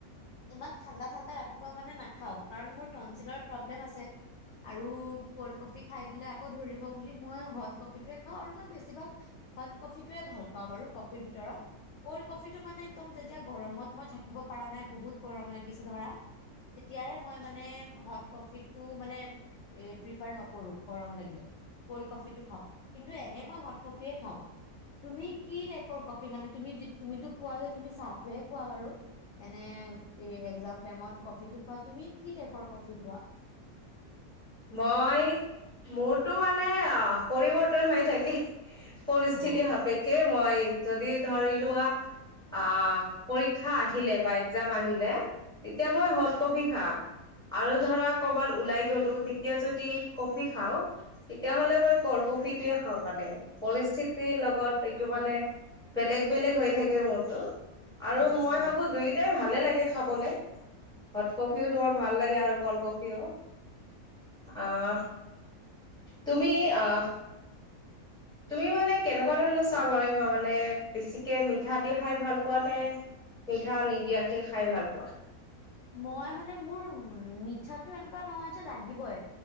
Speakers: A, on the left (about 65°); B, in the centre.
A: ইমান ঠাণ্ডা ঠাণ্ডা। ৰাতিপুৱা মানে নাখাওঁ কাৰণ মোৰ টনচিলৰ প্ৰব্লেম আছে আৰু ক'ল্ড কফি খাই দিলে আকৌ ধৰিব বুলি মই হট কফিটোয়ে খাওঁ আৰু মই বেছিভাগ হট কফিয়ে ভাল পাওঁ বাৰু কফিৰ ভিতৰত ক'ল্ড কফিটো মানে একদম যেতিয়া। গৰমত মই থাকিব পৰা নাই বহুত গৰম লাগিছে ধৰা তেতিয়াহে মই মানে হট কফিটো মানে প্ৰিফাৰ নকৰো গৰম লাগিলে কল্ড কফিটো খাওঁ কিন্তু এনে মই হট কফিয়ে খাওঁ তুমি কি টাইপৰ কফি মানে তুমি তুমিতো কোৱা যে তুমি চাহ। দে কোৱা বাৰু এনে এৰ্গজাম ইমান কফিটো খোৱা তুমি কি টাইপৰ কফি খোৱা।
B: মই মোৰটো মানে অ পৰিৱৰ্তন হৈ থাকে। পৰিস্থিতি
A: অ
B: সাপেক্ষে মই যদি ধৰি লোৱা আ পৰীক্ষা আহিলে বা এৰ্গজাম আহিলে তেতিয়া মই হট কফি খাওঁ আৰু ধৰা কবাত ওলাই গলো। এতিয়া যদি কফি খাওঁ তেতিয়াাহ'লে মই ক'ল্ড কফিটোয়ে খাওঁ মানে, পৰিস্থিতিৰ লগত এইটো মানে বেলেগ বেলেগ হৈ থাকে মুদতো। আৰু
A: বুজিছো
B: মই ভাৱো দুয়োটাই ভালে লাগে। খাৱলে হট কফিওঁ তোমাৰ ভাল লাগে আৰু ক'ল্ড কফিওঁ আহ তুমি আহ তুমি মানে কেনেকুৱা ধৰণৰ চাহ বনাই খোৱা মানে বেছিকে মিঠা দি খাই ভাল পোৱা নে মিঠা নিদিয়াকে খাই ভাল পোৱা।
A: মই মানে মোৰ উ মিঠাটো এনেকুৱা নহয় যে লাগিবয়ে